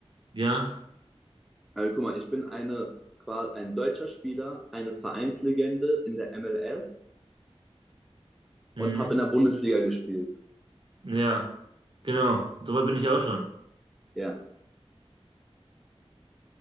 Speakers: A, on the right; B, in the centre.
A: Ja.
B: äh, guck mal, ich bin eine, qua- ein deutscher Spieler, eine Vereinslegende in der MLS
A: Mhm.
B: und habe in der Bundesliga gespielt.
A: Ja, genau. Soweit bin ich ja auch schon.
B: Ja,